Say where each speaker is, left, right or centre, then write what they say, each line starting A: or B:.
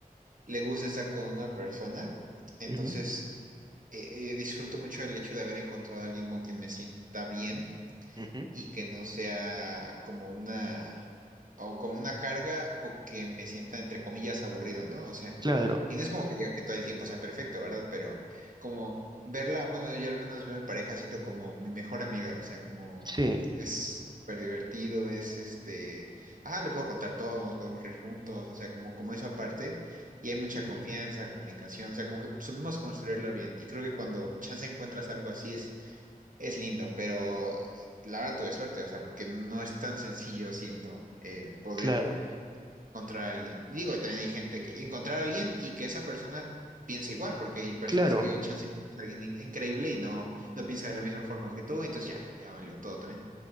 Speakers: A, on the right; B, on the right.
A: le gusta estar con una persona, entonces
B: ujú,
A: eh, eh, disfruto mucho el hecho de haber encontrado a alguien con quien me sienta bien
B: ujú.
A: y que no sea como una o como una carga o que me sienta entre comillas aburrido, ¿no? O sea,
B: Claro,
A: y no es como que diga que todo el tiempo sea perfecto, ¿verdad? Pero como verla, bueno, yo al menos veo a mi pareja, siento como mi mejor amiga, o sea, como
B: sí,
A: es súper divertido, es este, ah, le puedo contar todo, nos podemos reír juntos, o sea, como, como esa parte, y hay mucha
B: ujú,
A: confianza, comunicación, o sea, como que supimos construirlo bien, y creo que cuando chance encuentras algo así es es lindo, pero eh, la verdad tuve suerte, o sea, porque no es tan sencillo, siento, eh, poder
B: claro,
A: encontrar a alguien. Digo, también hay gente que encontrar a alguien y que esa persona piense igual, porque hay personas,
B: claro.
A: digo, chance es alguien in- increíble y no, no piensa de la misma forma que tú, entonces ya, ya valió todo también.